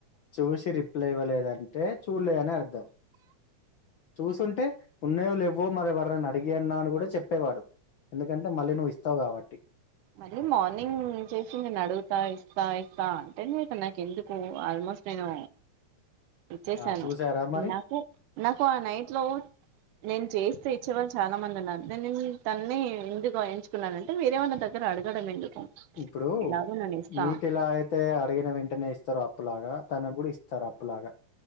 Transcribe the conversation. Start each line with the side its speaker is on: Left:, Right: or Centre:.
Left: చూసి రిప్లై ఇవ్వలేదంటే చూడలేదని అర్ధం చూసుంటే ఉన్నాయో లే ఎవో మరెవరని అడిగి అన్నా అని కూడా చెప్పేవాడు ఎందుకంటే మళ్ళీ నువ్వు ఇస్తావు కాబట్టి
Right: మళ్ళీ మార్నింగ్ చేసింది నను అడుగుతా ఇస్త ఇస్తా ఇస్తా అంటే ఇ నాకు ఎందుకు ఆల్మోస్ట్ నేను ఇచ్చసాను
Left: ఆ చూసారా మరి
Right: నాకు నాకు ఆ నైట్ లో నేను చేస్తే వచ్చే వాళ్ళు చాలా మంది ఉన్నారు దేని తన్ని ఎందుకుగా ఎంచుకున్నా అంటే వేరే వాళ్ళ దగ్గర అడగడం ఎందుకు
Left: ఇప్పుడు
Right: ఎలాగో నేను ఇస్తా
Left: మీకులా అయితే అడిగిన వెంటనే ఇస్తారు అప్పులాగా తన కూడా ఇస్తారు అప్పలాగా